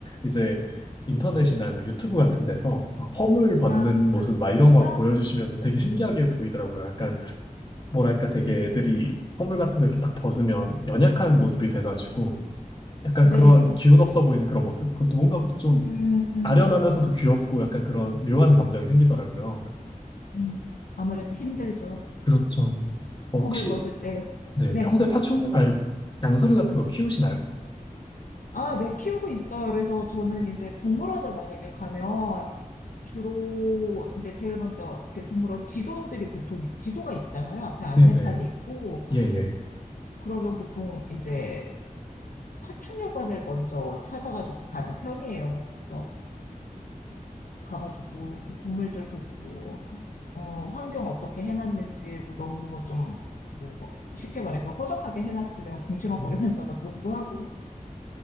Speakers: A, on the left; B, on the left.
A: 이제, 인터넷이나 아니면 유튜브 같은 데서 막 허물 벗는
B: 아,
A: 모습 막 이런
B: 아,
A: 거 보여주시면 되게 신기하게 보이더라고요. 약간, 뭐랄까, 되게 애들이 허물 같은 거 이렇게 딱 벗으면 연약한 모습이 돼가지고, 약간
B: 네,
A: 그런
B: 그렇죠.
A: 기운 없어 보이는 그런 모습? 그것도 뭔가 좀
B: 음,
A: 아련하면서도 귀엽고 약간 그런 묘한 감정이 생기더라고요.
B: 음, 아무래도 힘들죠.
A: 그렇죠. 어, 혹시
B: 홈을 벗을 때.
A: 네,
B: 네.
A: 평소에 파충류, 아니, 양서류 같은 거 키우시나요?
B: 아, 네, 키우고 있어요. 그래서 저는 이제 동물원을 만약에 가면 주로 이제 제일 먼저 이렇게 동물원 지도들이 보통 지도가 있잖아요. 앞에 안내판이
A: 네네.
B: 있고
A: 예, 예.
B: 그러면 보통 이제 파충류관을 먼저 찾아가지고 가는 편이에요. 그래서 가가지고 뭐 동물들 보고 어, 환경 어떻게 해놨는지 뭐 너무 좀 뭐 쉽게 말해서 허접하게 해놨으면 궁시렁거리면서
A: 음.
B: 막 욕도 하고